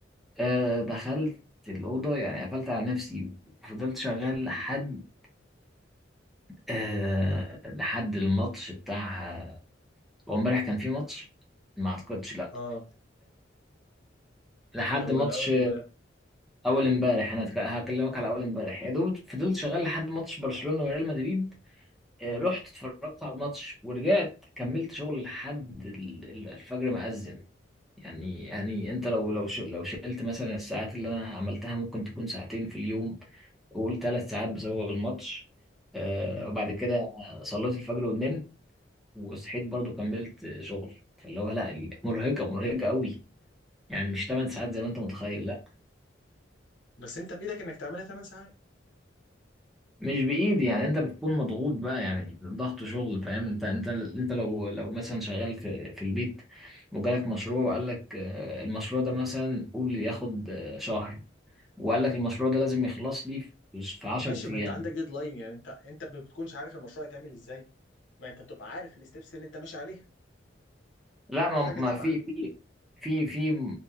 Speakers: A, in the centre; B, on the left.
A: آه، دخلت الاوضه يعني قفلت على نفسي وفضلت شغال لحد آه، لحد الماتش بتاع هو امبارح كان في ماتش ما اعتقدش لا
B: اه
A: لحد
B: آه، ولا
A: ماتش
B: اول امبارح
A: اول امبارح انا هتك- هكلمك على اول امبارح يا دوب فضلت شغال لحد ماتش برشلونة وريال مدريد آه،
B: امم
A: رحت اتفرجت على الماتش ورجعت كملت شغل لحد ال- ال- الفجر ما أذن يعني يعني انت لو لو ش- لو شلت مثلا الساعات اللي انا عملتها ممكن تكون ساعتين في اليوم وقول ثلاث ساعات بسبب الماتش آه،
B: امم
A: وبعد كده صليت الفجر ونمت وصحيت برضو كملت شغل فاللي هو لا مرهقة مرهقة قوي يعني مش 8 ساعات زي ما انت متخيل لا
B: بس انت بايدك انك تعملها 8 ساعات
A: مش بايدي يعني انت بتكون مضغوط بقى يعني ضغط شغل فاهم انت انت انت لو لو مثلا شغال في في البيت وجالك مشروع وقال لك آه، المشروع ده مثلا قول ياخد آه، شهر وقال لك المشروع ده لازم يخلص لي في 10
B: ماشي ما
A: ايام
B: انت عندك ديدلاين يعني انت انت ما بتكونش عارف المشروع يتعمل ازاي ما انت بتبقى عارف الستبس اللي انت ماشي عليها
A: لا ما
B: وحاجه
A: ما
B: تبعك
A: في في في في